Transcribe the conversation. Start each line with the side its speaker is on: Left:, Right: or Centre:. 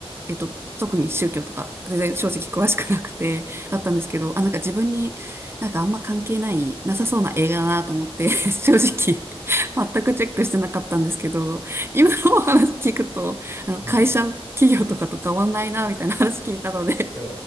Right: えっと、特に宗教とか、全然正直詳しくなくて、
Left: うん、
Right: だったんですけど、
Left: うん。
Right: あ、なんか自分になんかあんま関係ない、なさそうな映画だなと思って、<laughs> 正直、全くチェックしてなかったんですけど、今のお話聞くと、あの、
Left: うん
Right: 会社、企業とかと変わんないな、みたいな <laughs> 話聞いたので、
Left: いや、